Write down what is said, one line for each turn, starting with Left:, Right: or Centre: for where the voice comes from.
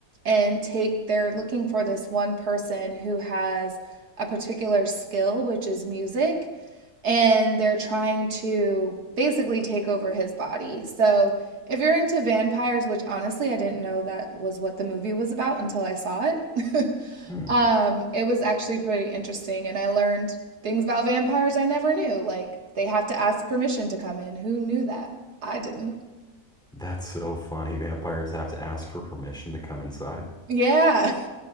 Right: and take, they're looking for this one person who has a particular skill, which is music, and they're trying to basically take over his body. So if you're into vampires, which honestly I didn't know that was what the movie was about until I saw it. <laughs>
Centre: Hmm.
Right: Um, it was actually pretty interesting, and I learned Things about vampires I never knew, like they have to ask permission to come in. Who knew that? I didn't.
Centre: That's so funny. Vampires have to ask for permission to come inside.
Right: Yeah. <laughs>